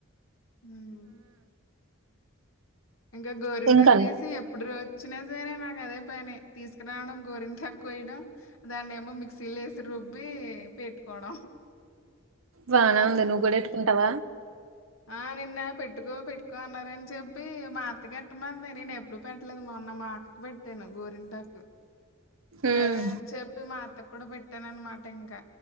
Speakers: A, on the left (about 80°); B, on the right (about 80°).
A: హ్మ్ ఇంగ గోరింటాక్
B: ఇంకా
A: తీసి ఎప్పుడురో చిన సరే నాకు అదే పనే తీసుకురావడం గోరింటాక్ కోయడం దన్నేమో మిక్సీలో ఏసీ రుబ్బి పెట్టుకోవడం
B: బానే
A: అసలు
B: ఉంది నువ్వు గుడా ఎట్టుకుంటవ
A: ఆ నిన్న పెట్టుకో పెట్టుకో అన్నారని చెప్ పి మా అత్త కెట్టమంది నేను ఎప్పుడు పెట్టలేదు మొన్న మా అక్కకు పెట్టాను గోరింటాకు సరే
B: ఉమ్
A: అని చెప్పి మా అత్త కూడా పెట్టాను అనుమాట ఇంకా